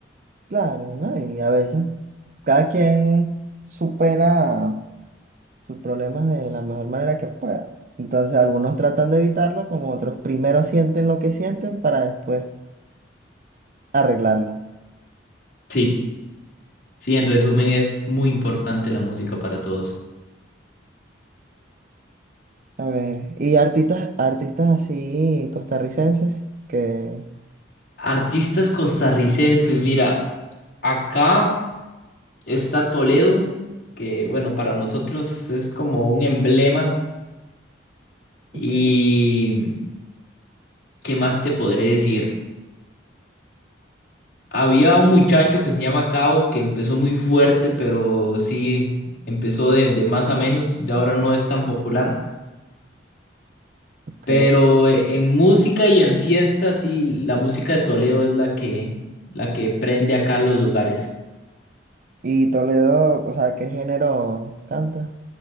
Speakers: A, on the right; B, on the left.
A: Claro, ¿no? Y a veces cada quien supera sus problemas de la mejor manera que pueda. Entonces algunos tratan de evitarlo, como otros primero sienten lo que sienten para después arreglarlo.
B: Sí, sí, en resumen es muy importante la música para todos.
A: A ver, y artistas, artistas así costarricenses que,
B: Artistas costarricenses, mira, acá está Toledo, que bueno, para nosotros es como un emblema Y
A: ok,
B: qué más te podré decir. Había un muchacho que se llama Cabo que empezó muy fuerte, pero sí empezó de, de más a menos. Ya ahora no es tan popular.
A: ok.
B: Pero eh, en música y en fiestas, sí, la música de Toledo es la que, la que prende acá los lugares.
A: Y Toledo, o sea, ¿qué género canta?